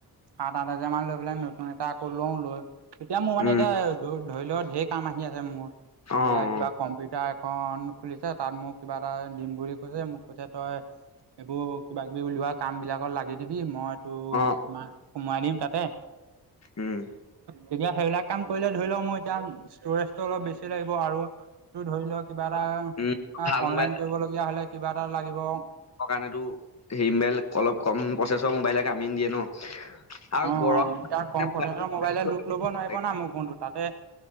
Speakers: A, on the right; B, on the left.
A: সাত-আঠ হাজাৰ মান লৈ পেলাই, নতুন এটা আকৌ লওঁ। লৈ এতিয়া মোৰ মানে
B: উম,
A: এতিয়া ধ ধৰি ল, ঢেৰ কাম আহি আছে মোৰ।
B: অ', অ',
A: এইবাৰ কিবা কম্পিউটাৰ খন খুলিছে। তাত মোক কিবা এটা দিম বুলি কৈছে, মোক কৈছে তই এইবোৰ কিবা কিবি উলিওৱা কামবিলাকত লাগি দিবি মই তো
B: অ',
A: মাক সোমোৱাই দিম তাতে,
B: উম,
A: তেতিয়া সেইবিলাক কাম কৰিলে ধৰি ল, মোৰ এতিয়া ষ্টৰেজটো অলপ বেছি লাগিব আৰু তোৰ ধৰি ল, কিবা এটা
B: উম,
A: আ
B: ভাল
A: অনলাইন
B: মোবাইল
A: কৰিবলগীয়া হ'লে কিবা এটা লাগিব।
B: সকাণে তো, হিমবেল, অলপ কম প্ৰচেছৰ মোবাইলে কামে নিদিয়ে ন? আৰু
A: অঁ,
B: গৰম
A: অঁ, এতিয়া
B: মানে
A: কম
B: মোবাইলটো
A: প্ৰচেছৰ
B: যোগাযোগ
A: মোবাইলে লোট ল'ব
B: কৰিব
A: নোৱাৰিব
B: লাগে।
A: না মোৰ ফোনটো। তাতে